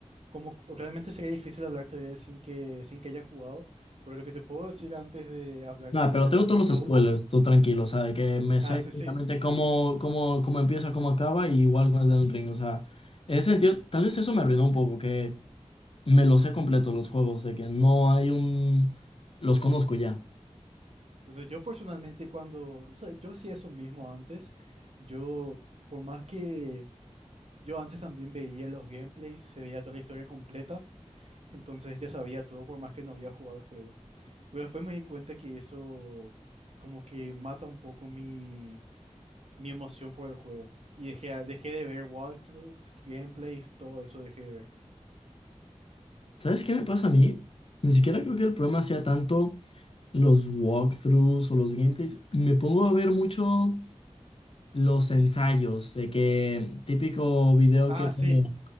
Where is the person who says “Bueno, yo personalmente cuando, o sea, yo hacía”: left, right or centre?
Right